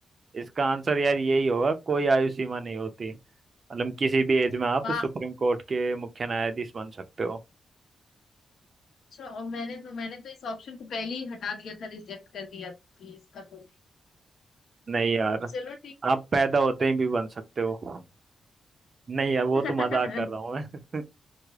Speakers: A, on the right; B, on the left.
A: इसका आंसर यार यही होगा कोई आयु सीमा नहीं होती मतलब किसी भी एज में आप
B: वाह
A: सुप्रीम कोर्ट के मुख्य न्यायाधीश बन सकते हो
B: अच्छा और मैंने तो मैंने तो इस ऑप्शन को पहले ही हटा दिया था रिजेक्ट कर दिया थी इसका तो
A: नहीं यार
B: चलो ठीक है
A: आप पैदा होते ही भी बन सकते हो नहीं यार वो
B: <laughs>
A: तो मजाक कर रहा हूँ मैं <laughs>